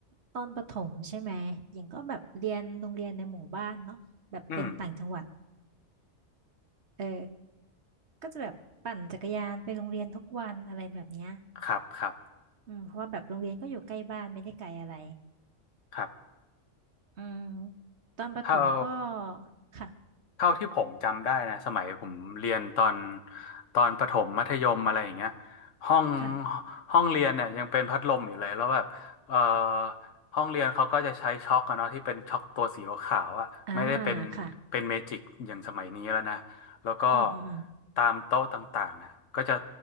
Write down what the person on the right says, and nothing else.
ตอนประถมใช่ไหมยังก็แบบเรียนโรงเรียนในหมู่บ้านเนาะแบบเป็นต่างจังหวัด
เออก็จะแบบปั่นจักรยานไปโรงเรียนทุกวันอะไรแบบเนี้ย
อืมเพราะว่าแบบโรงเรียนก็อยู่ใกล้บ้านไม่ได้ไกลอะไร
อืมตอนประถมก็
ค่ะ
ค่ะ
อ่า ค่ะ
อืมอืมอืม